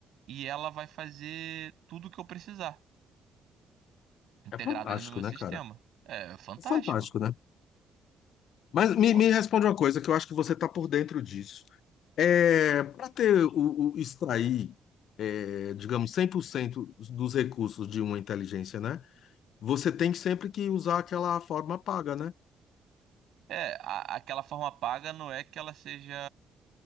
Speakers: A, on the right; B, on the left.
A: e ela vai fazer tudo o que eu precisar, integrada
B: É fantástico,
A: ali no meu sistema.
B: né, cara?
A: É fantástico.
B: É fantástico, né? Mas me,
A: Pô,
B: me responde uma coisa que eu acho que você tá por dentro disso. É, para ter o, o- extrair, é, digamos, 100% dos recursos de uma inteligência, né? Você tem sempre que usar aquela forma paga, né?
A: É, a- aquela forma paga não é que ela seja